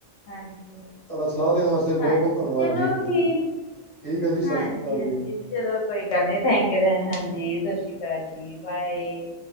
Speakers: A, on the left (about 60°); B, on the right (about 30°).
A: ਹਾਂਜੀ,
B: ਤੁਹਾਡਾ ਸਲਾਹ ਦੇਣ ਵਾਸਤੇ ਬਹੁਤ
A: ਹਾਂਜੀ
B: ਬਹੁਤ ਧੰਨਵਾਦ
A: ਚਲੋ
B: ਜੀ
A: ਠੀਕ।
B: ਠੀਕ ਹੈ ਜੀ ਸਤਿ
A: ਹਾਂਜੀ,
B: ਸ਼੍ਰੀ ਅਕਾਲ
A: ਹਾਂਜੀ।
B: ਜੀ
A: ਚਲੋ ਕੋਈ ਗੱਲ ਨੀ ਥੈਂਕ ਯ ਹਾਂਜੀ ਸਤ ਸ੍ਰੀ ਅਕਾਲ ਜੀ ਬਾਏ।